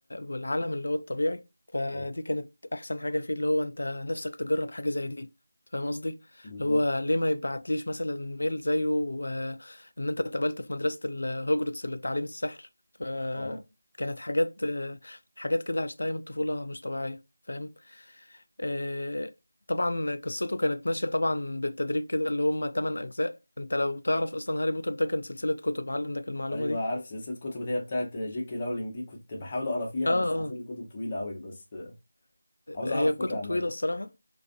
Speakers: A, on the left; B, on the left.
A: والعالم اللي هو الطبيعي فدي
B: اه.
A: كانت احسن حاجه فيه اللي هو انت نفسك تجرب حاجه زي دي فاهم قصدي
B: بالظبط
A: اللي هو ليه ما يبعتليش مثلا ميل زيه وان انت اتقبلت في مدرسه الهوجرتس للتعليم السحر فكانت
B: اه
A: حاجات آه، حاجات كده عشتها من الطفوله مش طبيعيه فاهم آه، طبعا قصته كانت ماشيه طبعا بالتدريج كده اللي هم 8 اجزاء انت لو تعرف اصلا هاري بوتر ده كان سلسلة كتب هل عندك المعلومة
B: ايوه
A: دي
B: عارف سلسله كتب اللي هي بتاعت جي كي راولينج دي كنت بحاول اقرا فيها
A: اه
B: بس
A: اه
B: حسيت الكتب طويله قوي بس عاوز
A: هي
B: اعرف
A: الكتب
B: فكره عنها
A: طويلة الصراحة